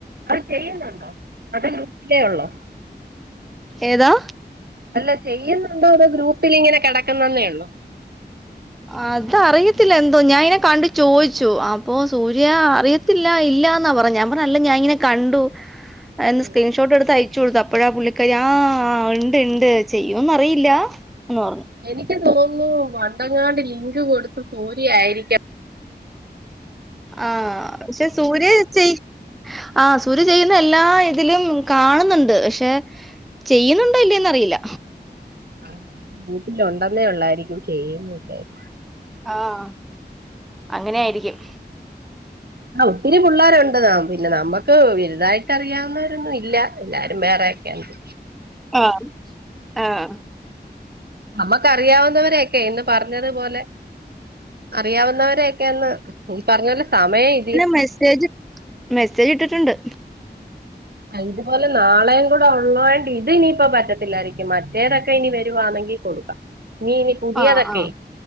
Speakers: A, on the right; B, in the centre.
A: അത് ചെയ്യുന്നുണ്ടോ അത് ൃട്ടികേ ഉള്ളൂ.
B: ഏതാ.
A: അല്ല ചെയ്യുന്നുണ്ടോ അതോ ഗ്രൂപ്പിൽിങ്ങനെ കിടക്കുന്നതന്നേ ഉള്ളോ.
B: അത അറിയത്തില്ല എന്തോ ഞാനെ കണ്ട ചോദിച്ചു അപ്പോൊ സൂര്യ അറിയ ല്ല ഇല്ലാന്നാ പറ ഞാ പറല്ല ഞാ ഇങ്ങനെ കണ്ടു എന്ന്
A: ഉം
B: സ്ക്രീൻഷോട്ട് എടുത്ത്യ ച്ച കൊടുത്ത അപ്പഴാ പുള്ളിക്കാരി ആ ഉണ്ട് ഉണ്ട് ചെയ്യുംന്ന് അറിയില്ല എന്ന് പറഞ്ഞു.
A: എനിക്ക് തോന്നുന്നു വണ്ടങ്ങാട് ലിങ്ക് കൊടുത്ത സൂരിയായിരിക്കാം.
B: ആഹ പക്ഷെ സൂര്യ ചച്ച ആഹ സൂര്യ ചെയ്യുന്ന എല്ലാ ഇതിലും കാണുന്നുണ്ട് പക്ഷെ ചെയ്യുന്നുണ്ടോ ഇല്ലേന്ന്റിയില്ല.
A: ആ വീട്ടിൽ ഉണ്ടെന്നേ ഉള്ളായിരിക്കും ചെയ്യുന്നായിരിക്കും.
B: ആഹ അങ്ങനെയിരിക്കും.
A: ആ ഒത്തിരി പിള്ളേരുണ്ട് ന പിന്നെ നമ്മുക്ക് വലുതായിട്ട് അറിയാവുന്നവരൊന്നും ഇല്ല. എല്ലാരും വേറെയക്കെയണ്ട്.
B: ആഹ ആഹ
A: നമ്മുക്കറിയാവുന്നവരൊക്കെ ഇന്ന് പറഞ്ഞതുപോലെ. അറിയാവുന്നവരൊക്കെയന്ന് ഈ പറഞ്ഞലെ സമയം ഇതി
B: മെസജ് മെസ്സേജ് ഇട്ടിട്ടുണ്ട്.
A: ഇതുപോലെ നാളെയും കൂടെ ഉള്ളത്ഇത് ഇനിയിപ്പോ പറ്റത്തില്ലായിരിക്കും മറ്റേതൊക്കെ ഇനി വരുവാണെങ്കിൽ കൊടുക്കാം. നീ ഇനി പുതിയതൊക്കെ
B: ആഹ് ആഹ്